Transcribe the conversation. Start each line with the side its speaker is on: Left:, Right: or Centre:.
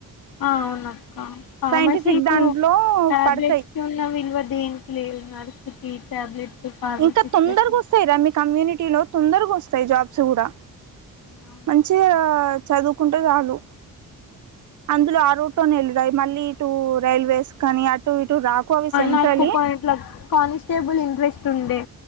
Left: ఆ అవున అక్క ఫమసి
Right: సైంటిఫిక్
Left: ఇప్పుడు
Right: దాంట్లో
Left: టాబ్లెట్స్
Right: పడతాయి
Left: కి ఉన్నా విల్వ దేనికి లేదు నర్స్ కి టాబ్లెట్స్ ఫార్మసిస్ట్లకి
Right: ఇంకా తొందరగా వస్తాయిరా మీ కమ్యూనిటీ లో తొందరగా వస్తాయి జాబ్స్ కూడా
Left: అవును
Right: మంచిగా చదువుకుంటే చాలు అందులో ఆ రూట్ లోనే వెళ్ళరాయి మళ్ళీ ఇటు రైల్వేస్ కానీ ఇటు రాకు అవి సెంట్రలీ
Left: నాకు ఇట్ల కానిస్టేబుల్ ఇంట్రెస్ట్ డే